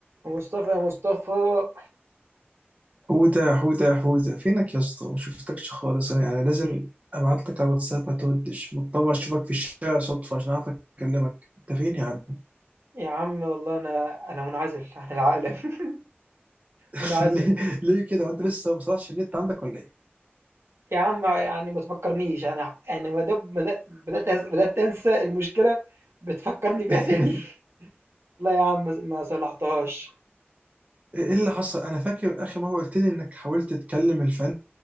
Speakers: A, on the right; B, on the right.
A: مصطفى يا مصطفى
B: حودة حودة حودة فينك يا اسطى ما شفتكش خالص انا يعني لازم ابعت لك على واتساب ما تودش مضطر اشوفك في الشارع صدفة عشان اعرف اكلمك انت فين يا عم
A: يا عم والله انا انا منعزل عن العالم <laughs>
B: <laughs>
A: منعزل
B: ليه ليه كده وانت لسه ما بصلحش النت عندك ولا ايه
A: يا عم يعني ما تفكرنيش انا انا ما دام بدأ- بدات أز- بدات انسى المشكله بتفكرني بيها
B: <laughs>
A: تاني <laughs> لا يا عم ما صلحتهاش
B: ايه اللي حصل انا فاكر اخر مرة قلت لي انك حاولت تكلم الفني